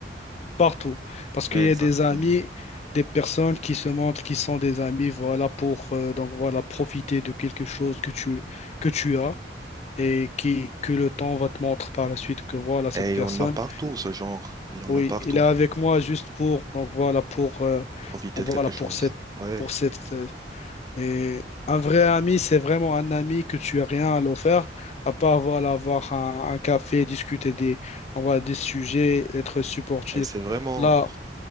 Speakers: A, on the left; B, on the right.
A: partout. Parce qu'il
B: exactement.
A: y a des amis, des personnes qui se montrent qui sont des amis, voilà, pour euh, donc voilà, profiter de quelque chose que tu, que tu as et qui, que le temps va te montrer par la suite que voilà, cette
B: Et
A: personne,
B: on a partout ce genre. Il y en
A: oui,
B: a partout.
A: il est avec moi juste pour, donc voilà, pour, euh,
B: Profiter
A: donc
B: de
A: voilà,
B: quelque chose.
A: pour cette,
B: Ouais.
A: pour cette, euh, mais un vrai ami, c'est vraiment un ami que tu as rien à l'offrir, à part, voilà, avoir un, un café, discuter des, on va, des sujets, être supportif.
B: Et c'est vraiment
A: Là,